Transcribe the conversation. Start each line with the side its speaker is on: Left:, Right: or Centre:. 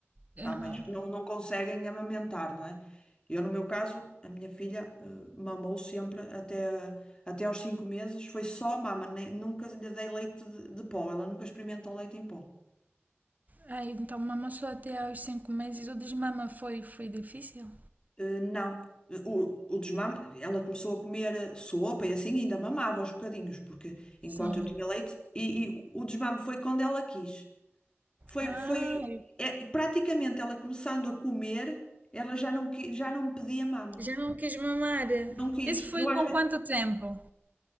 Right: Aham.
Left: Há mães que não, não conseguem amamentar, não é? Eu, no meu caso, a minha filha eh, mamou sempre até, até aos cinco meses, foi só mama, nem- nunca lhe dei leite de, de pó, ela nunca experimentou leite em pó.
Right: Ah, então mamou só até aos cinco meses. O desmama foi, foi difícil?
Left: Eh, não, Eh, o, o desmame, ela começou a comer eh, sopa e assim ainda mamava aos bocadinhos, porque enquanto
Right: Sim.
Left: eu tinha leite, e, e o desmame foi quando ela quis. Foi,
Right: Ah,
Left: foi, é, praticamente ela começando a comer, ela já não, qui- já não me pedia mama.
Right: já não quis mamar.
Left: Não quis.
Right: Isso foi
Left: Eu às
Right: com
Left: vezes,
Right: quanto tempo?